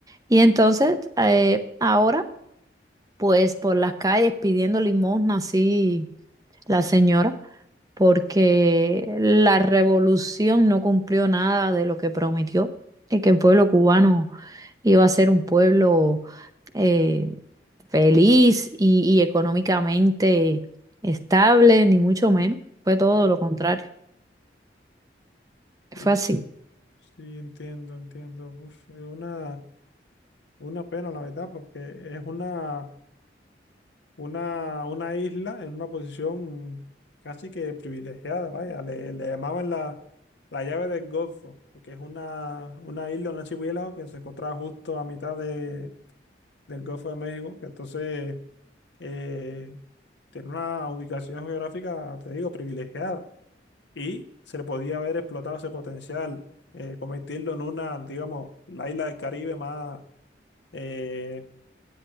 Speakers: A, on the right; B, on the left.
A: Y entonces, eh, ahora, pues por las calles pidiendo limosna, así la señora, porque la revolución no cumplió nada de lo que prometió, y que el pueblo cubano iba a ser un pueblo eh, feliz y, y económicamente estable, ni mucho menos. Fue todo
B: Ya,
A: lo contrario. Fue
B: sí,
A: así.
B: sí, entiendo, entiendo. Uf, es una, una pena, la verdad, porque es una, una, una isla en una posición casi que privilegiada, vaya. Le, le llamaban la, la llave del Golfo, porque es una, una isla, una archipiélago que se encontraba justo a mitad de, del Golfo de México. Entonces, eh, tiene una ubicación geográfica, te digo, privilegiada y se le podía haber explotado ese potencial, eh, convertirlo en una, digamos, la isla del Caribe más, eh,